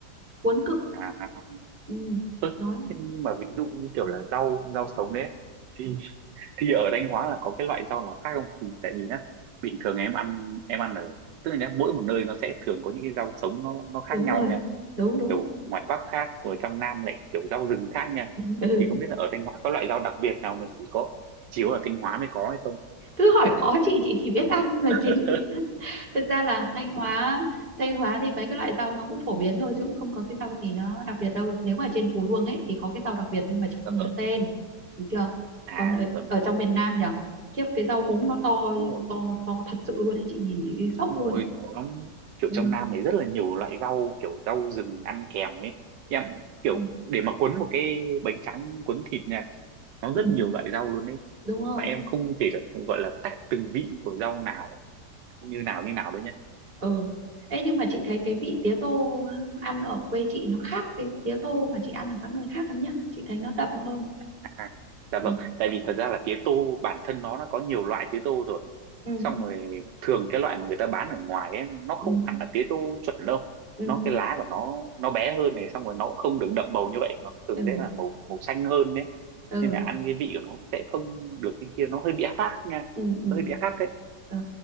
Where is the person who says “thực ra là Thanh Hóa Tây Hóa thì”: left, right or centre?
Right